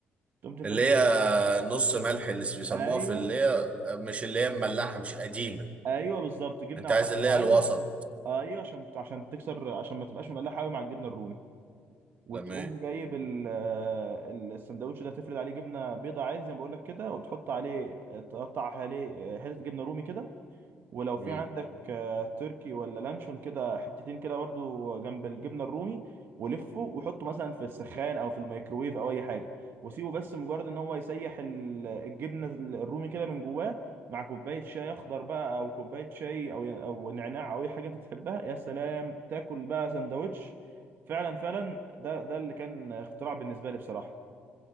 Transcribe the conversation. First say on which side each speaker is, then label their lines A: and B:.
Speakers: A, on the right; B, on the right.
A: تقوم تفرشها
B: اللي هي نص ملح اللي بيسموها
A: أيوه
B: في اللي هي مش اللي هي الملاحة مش القديمة
A: أيوه بالظبط جبنة
B: انت عايز
A: حبيبة
B: اللي هي
A: عادي
B: الوسط
A: بس أيوه عشان عشان تكسر عشان ما تبقاش مملحة أوي مع الجبنة الرومي وتقوم
B: تمام
A: جايب ال- ال- السندوتش ده تفرد عليه جبنة بيضة عادي زي ما بقول لك كده وتحط عليه تقطع عليه حتة جبنة رومي كده ولو
B: مم.
A: في عندك آه، تركي ولا لانشون كده حتتين كده برضو جنب الجبنه الرومي ولفه وحطه مثلا في السخان او في الميكروويف او اي حاجه وسيبه بس مجرد ان هو يسيح ال- الجبنه الرومي كده من جواه مع كوبايه شاي اخضر بقى او كوبايه شاي او او نعناع او اي حاجه انت بتحبها يا سلام تاكل بقى سندوتش فعلا فعلا ده ده اللي كان اختراع بالنسبه لي بصراحه